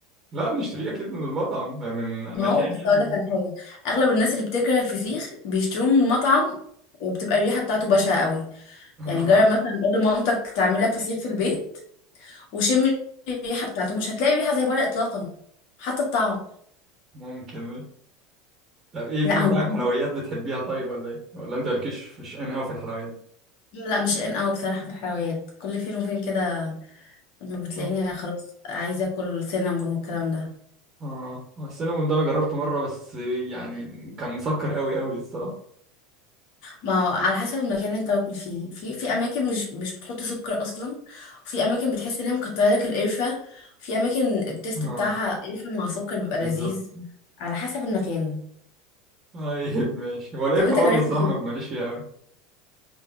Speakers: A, on the right (about 30°); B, on the left (about 55°).
A: لا بنشتريه اكيد من المطعم يعني من
B: ما
A: مكان
B: هو بس
A: يعني
B: اقول لك على حاجه اغلب الناس اللي بتكره الفسيخ بيشتروه من مطعم وبتبقى الريحه بتاعته بشعه قوي
A: آه.
B: يعني جرب مثلا قول لمامتك تعمل لك فسيخ في البيت وشم الريحه بتاعته مش هتلاقي ريحه زي بره اطلاقا حتى الطعم
A: ممكن طب ايه في
B: لا
A: مطاعم
B: هو مش
A: حلويات بتحبيها طيب ولا ايه ولا انت مالكيش في شأن قوي في الحلويات
B: لا مش ان قوي بصراحه في الحلويات كل فين وفين كده لما بتلاقيني
A: اه
B: خلاص عايزه اكل سينابون والكلام ده
A: اه السينابون ده انا جربته مره بس يعني كان مسكر قوي قوي الصراحه
B: ما هو على حسب المكان اللي انت واكل فيه في في اماكن مش مش بتحط سكر اصلا وفي اماكن بتحس ان هي مكتره لك القرفه في اماكن التيست
A: اه
B: بتاعها قرفه مع سكر بيبقى
A: بالظبط
B: لذيذ على حسب المكان
A: طيب ماشي هو القرفه
B: طب انت
A: برضه
B: جربت
A: الصراحه
B: فين
A: ما ماليش فيها قوي